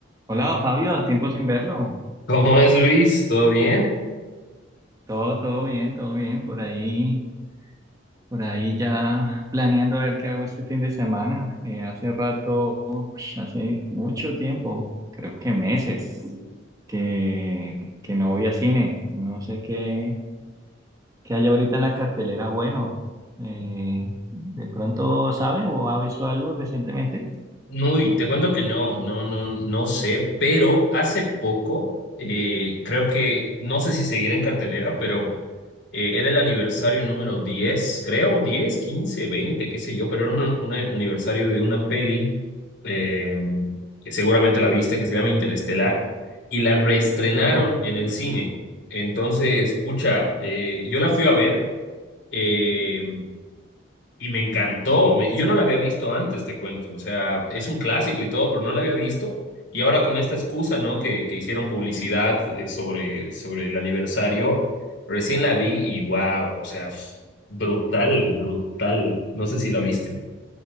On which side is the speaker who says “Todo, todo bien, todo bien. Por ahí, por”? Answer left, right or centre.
Right